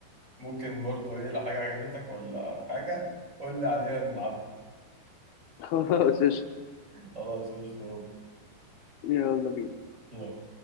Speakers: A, on the right; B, on the left.
A: ممكن برضو إيه لو حاجة عجبتك ولا حاجة قول لي عليها نلعب
B: <laughs> خلاص قشطة
A: خلاص قشطة
B: يلا بينا
A: يلا